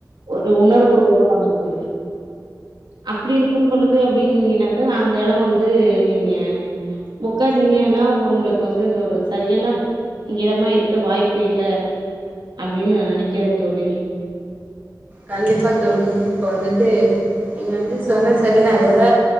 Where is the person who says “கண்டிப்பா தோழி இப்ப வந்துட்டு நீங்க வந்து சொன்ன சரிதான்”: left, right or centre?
Right